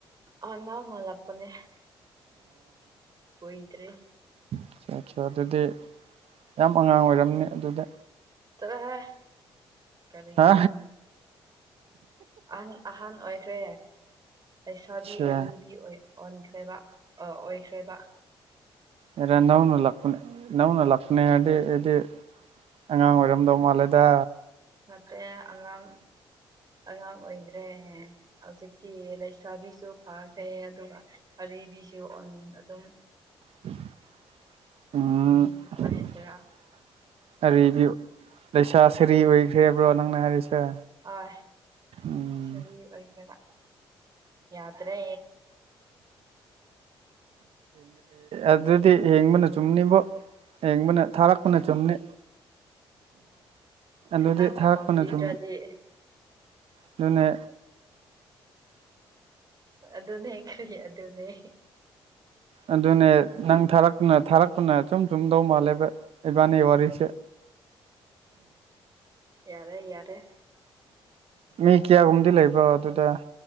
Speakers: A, on the right; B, on the right.
A: ꯑ ꯅꯧꯅ ꯂꯛꯄꯅꯦ ꯑꯣꯏꯗ꯭꯭ꯔꯦ
B: ꯑꯆꯥꯆꯥ ꯑꯗꯨꯗꯤ ꯌꯥꯝ ꯑꯉꯥꯡ ꯑꯣꯏꯔꯝꯅꯤ ꯑꯗꯨꯗꯤ
A: ꯆꯠꯂꯣꯍꯦ ꯀꯔꯤꯒꯤ
B: ꯍꯥ
A: ꯑꯃ ꯑꯍꯟ ꯑꯍꯟ ꯑꯣꯏꯈ꯭ꯔꯦ ꯂꯩꯁꯥꯕꯤ
B: ꯑꯆꯥ
A: ꯑꯔꯤꯕꯤ ꯑꯣꯏ ꯑꯣꯟꯈ꯭ꯔꯦꯕ ꯑ ꯑꯣꯏꯈ꯭ꯔꯦꯕ
B: ꯑꯦꯔꯟ ꯅꯧꯅ ꯂꯥꯛꯄꯅꯦ ꯅꯧꯅ ꯂꯥꯛꯄꯅꯦ ꯍꯥꯏꯔꯗꯤ ꯑꯩꯗꯤ ꯑꯉꯥꯡ ꯑꯣꯏꯔꯝꯗꯧ ꯃꯥꯜꯂꯦꯗ
A: <unintelligible> ꯑꯉꯥꯡ ꯑꯉꯥꯡ ꯑꯣꯏꯗ꯭ꯔꯦ ꯍꯧꯖꯤꯛꯇꯤ ꯂꯩꯁꯥꯕꯤꯁꯨ ꯐꯈ꯭ꯔꯦ ꯑꯗꯨꯒ ꯑꯔꯤꯕꯤꯁꯨ ꯎꯟ ꯑꯗꯨꯝ <inaudible>
B: ꯑ
A: ꯎꯝ ꯀꯃꯥꯏ ꯍꯥꯏꯁꯤꯔꯥ
B: ꯑꯔꯤꯕꯤ ꯂꯩꯁꯥ ꯁꯔꯤ ꯑꯣꯏꯈ꯭ꯔꯦ ꯍꯥꯕ꯭ꯔꯣ ꯅꯪꯅ ꯍꯥꯏꯔꯤꯁꯦ
A: ꯍꯣꯏ
B: ꯎꯝ
A: ꯁꯔꯤ ꯑꯣꯏꯈ꯭ꯔꯕ ꯌꯥꯗ꯭ꯔꯦ
B: ꯑꯗꯨꯗꯤ ꯌꯦꯡꯕꯅ ꯆꯨꯝꯅꯤꯡꯕꯣ ꯌꯦꯕꯅ ꯊꯥꯔꯛꯄꯅꯦ ꯆꯨꯝꯅꯦ ꯑꯗꯨꯗꯤ
A: ꯅꯪꯅ
B: ꯊꯥꯔꯛꯄꯅ
A: ꯄꯥꯝꯕꯤꯗ꯭ꯔꯗꯤ
B: ꯆꯨꯝ ꯑꯗꯨꯅꯦ
A: <unintelligible> ꯑꯗꯨꯅꯦ ꯀꯔꯤ ꯑꯗꯨꯅꯦ
B: ꯑꯗꯨꯅꯦ ꯅꯪ ꯊꯥꯔꯛꯄꯅ ꯊꯥꯔꯛꯄꯅ ꯑꯆꯨꯝ ꯆꯨꯝꯗꯧ ꯃꯥꯜꯂꯦꯕ ꯏꯕꯥꯅꯤ ꯋꯥꯔꯤꯁꯦ
A: ꯌꯥꯔꯦ ꯌꯥꯔꯦ
B: ꯃꯤ ꯀꯌꯥꯒꯨꯝꯗꯤ ꯂꯩꯕ꯭ꯔꯣ ꯑꯗꯨꯗ